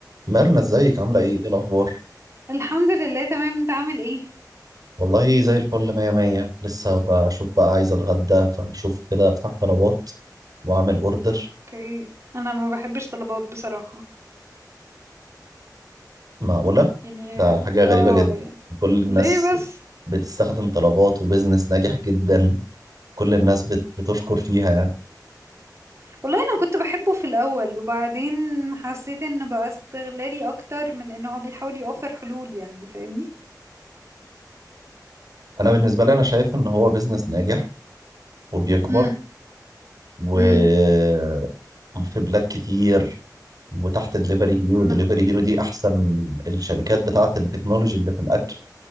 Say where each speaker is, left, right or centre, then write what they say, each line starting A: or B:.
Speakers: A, on the right; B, on the right.
A: ميرنا ازيك عاملة ايه؟ ايه الأخبار؟
B: الحمد لله تمام انت عامل ايه
A: والله زي الفل مية مية لسه بشوف بقى عايز أتغدى فشوف كده أفتح طلبات وأعمل أوردر
B: اوكي انا ما بحبش طلبات بصراحة
A: معقولة؟
B: يعني
A: ده حاجة غريبة
B: اه
A: جدا
B: يعني
A: كل الناس
B: ليه بس
A: بتستخدم طلبات وبزنس ناجح جدا كل الناس بت... بتشكر فيها يعني
B: والله انا كنت بحبه في الاول وبعدين حسيت انه بقى استغلالي اكتر من انه هو بيحاول يوفر حلول يعني فاهمني
A: أنا بالنسبة لي أنا شايف إن هو بزنس ناجح وبيكبر
B: امم
A: وفي
B: امم
A: بلاد كتير وتحت دليفري هيرو
B: نعم.
A: دليفري هيرو دي أحسن الشركات بتاعة التكنولوجي اللي في الأكل